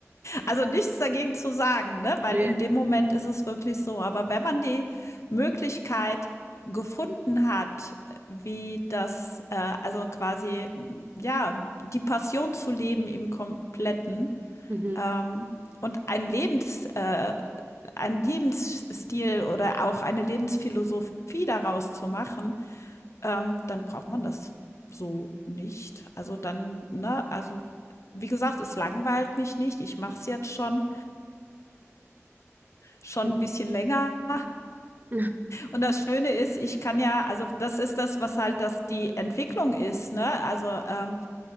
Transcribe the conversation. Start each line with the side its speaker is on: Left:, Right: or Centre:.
Left: Also nichts dagegen zu sagen, ne? weil
Right: nee,
Left: in dem Moment ist es wirklich so. Aber wenn man die Möglichkeit gefunden hat, wie das, äh, also quasi, ja, die Passion zu leben im Kompletten
Right: mhm.
Left: ähm, und ein Lebens, äh, ein Lebensstil oder auch eine Lebensphilosophie daraus zu machen, ähm, dann braucht man das so nicht. Also dann, ne, also wie gesagt, es langweilt mich nicht. Ich mache es jetzt schon schon
Right: mhm.
Left: ein bisschen länger.
Right: <laughs>
Left: Und das Schöne ist, ich kann ja, also das ist das, was halt das die Entwicklung ist. Ne? Also ähm,